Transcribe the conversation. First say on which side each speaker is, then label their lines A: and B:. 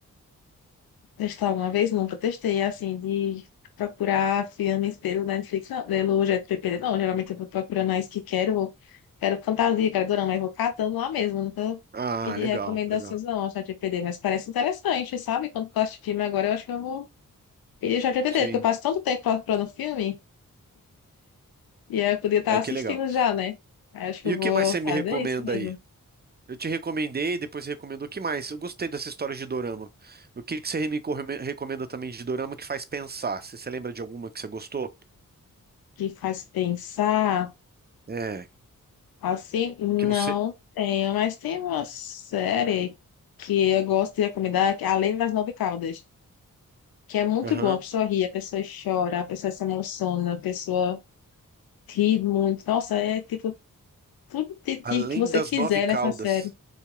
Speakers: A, on the left; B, on the right.
A: Testar alguma vez? Nunca testei, assim, de procurar filmes pelo Netflix, não, pelo GPP, não. Geralmente eu vou procurando as que quero, quero fantasia, quero dorama, mas vou catando lá mesmo. Nunca
B: Ah,
A: pedi
B: legal,
A: recomendações,
B: legal.
A: não, ao ChatGPT, mas parece interessante, sabe? Quando tu assiste filme agora, eu acho que eu vou pedir o ChatGPT,
B: Sim.
A: porque eu passo tanto tempo procurando filme e eu podia estar
B: Aí
A: assistindo
B: que legal.
A: já, né? Aí eu acho que
B: E
A: eu
B: o
A: vou
B: que mais você me
A: fazer
B: recomenda
A: isso mesmo,
B: aí? Eu te recomendei, depois você recomendou. O que mais? Eu gostei dessa história de dorama. O que que você me corre- recomenda também de dorama que faz pensar? Você, você lembra de alguma que você gostou?
A: que faz pensar.
B: É,
A: Assim, não
B: que não sei.
A: tenho, mas tem uma série que eu gosto de recomendar, que é Além das Nove Caudas, que é muito
B: Aham.
A: bom A pessoa ri, a pessoa chora, a pessoa se emociona, a pessoa ri muito. Nossa, é tipo tudo de- de
B: Além
A: que você
B: das
A: quiser
B: nove caudas.
A: nessa série.